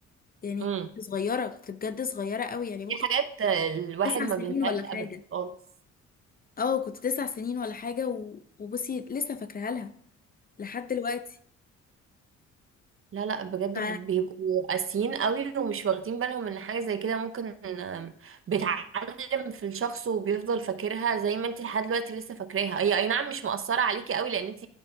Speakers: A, on the left; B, on the right.
A: يعني
B: امم
A: كنت صغيره كنت بجد صغيره قوي يعني ممكن
B: في حاجات الواحد
A: تسع
B: ما
A: سنين
B: بينساهاش
A: ولا حاجه
B: ابدا خالص
A: اه كنت تسع سنين ولا حاجة و... وبصي لسه فاكراها لها لحد دلوقتي
B: لا لا بجد
A: ف...
B: بيبقوا قاسيين قوي ومش واخدين بالهم ان حاجة زي كده ممكن آم، بتعلم في الشخص وبيفضل فاكرها زي ما انت لحد دلوقتي لسه فاكراها هي اي نعم مش مؤثرة عليكي قوي لان انت